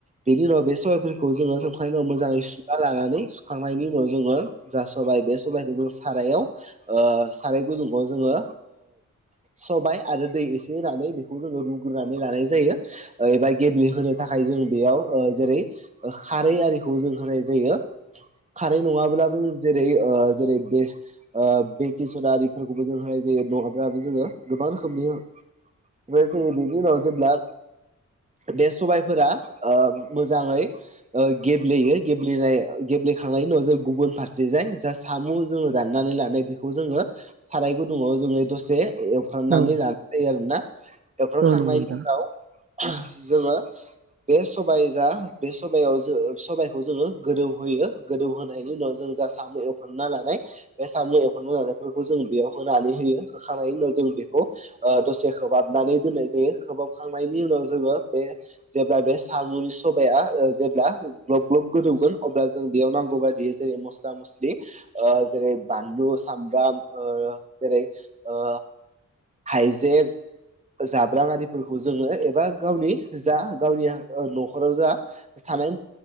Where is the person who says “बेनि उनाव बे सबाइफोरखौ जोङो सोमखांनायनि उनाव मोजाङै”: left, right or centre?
Right